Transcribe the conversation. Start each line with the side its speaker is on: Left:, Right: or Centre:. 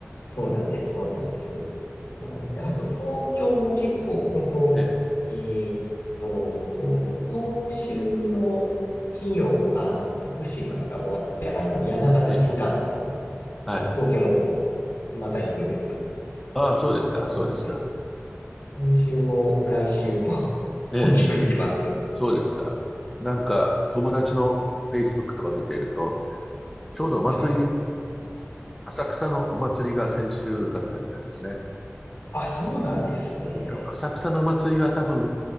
Left: そうなんです、そうなんです。なので、あと東京も結構、本当、
Centre: ええ、
Left: えーっと、東京、今週の金曜、あの、福島が終わって、あの、山形新幹線で、
Centre: ええ、はい。
Left: あの、東京の方、また行くんです。
Centre: ああ、そうですか、
Left: なので、
Centre: そうですか。
Left: 今週も来週も <laughs>
Centre: ええ、
Left: 東京行きますっ
Centre: そうですか。なんか、友達の
Left: て。
Centre: Facebook とか見ていると、ちょうどお祭り、
Left: はいはい。
Centre: 浅草のお祭りが先週だったみたいですね。
Left: あ、そうなんですね。
Centre: うん多分浅草のお祭りは多分